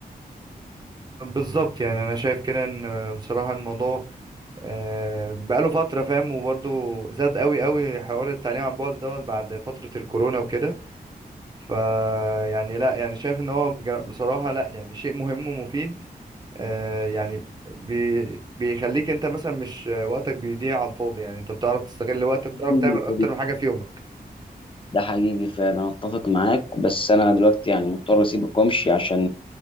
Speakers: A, on the right (about 25°); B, on the left (about 35°).
A: بالظبط يعني انا شايف كده ان بصراحة الموضوع آه، بقاله فترة فاهم وبرضه زاد قوي قوي حوار التعليم عن بعد دوت بعد فترة الكورونا وكده ف يعني لا يعني شايف ان هو بجر- بصراحة لا يعني شيء مهم ومفيد آه، يعني بي بيخليك انت مثلا مش وقتك بيضيع على الفاضي يعني انت بتعرف تستغل وقتك وتعرف
B: ومفيد
A: تعمل اكتر من حاجة في يومك
B: ده حقيقي فعلا انا اتفق معاك بس انا دلوقتي يعني مضطر اسيبك وامشي عشان